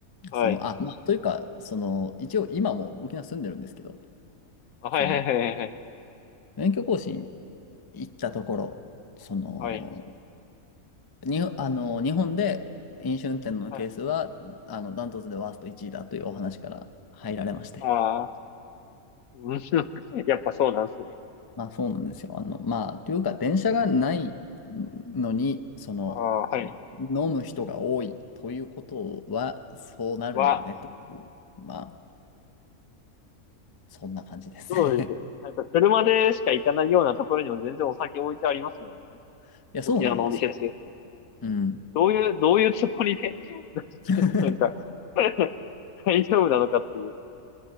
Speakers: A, on the left (about 75°); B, on the left (about 25°).
A: はい。
B: その、あ、まあ、というか、その、一応今も沖縄住んでるんですけど、
A: あ、はいはいはいはい。
B: その、免許更新行ったところ、その、
A: はい。
B: に、あの、日本で飲酒運転のケースは、
A: はい。
B: あの、ダントツでワースト1位だというお話から入られまして。
A: ああー、うん <laughs> やっぱそうなんですね。
B: まあそうなんですよ。あの、まあ、というか、電車がないのに、その、
A: ああ、はい。
B: 飲む人が多いということは、そうなるよね、
A: は、
B: という、まあ、そんな感じですね。
A: そうですよね。
B: <laughs>
A: なんか車でしか行かないようなところにも全然お酒置いてありますもんね。なんか、
B: いや、そうなんですよ。
A: 沖縄のお店って。
B: うん。
A: どういう、どういうつもりで <laughs>
B: <laughs>
A: なんか、<laughs> 大丈夫なのかっていう。